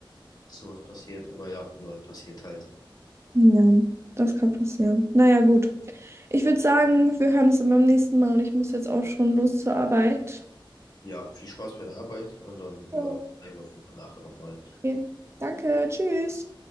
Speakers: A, on the left; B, on the right.
A: dass sowas passiert. Aber ja, sowas passiert halt.
B: Ja, das kann passieren. Naja, gut. Ich würde sagen, wir hören uns dann beim nächsten Mal und ich muss jetzt auch schon los zur Arbeit.
A: Ja, viel Spaß bei der Arbeit und dann, ja,
B: Jo.
A: sehen wir auf jeden Fall nachher nochmal.
B: Okay. Danke, tschüss.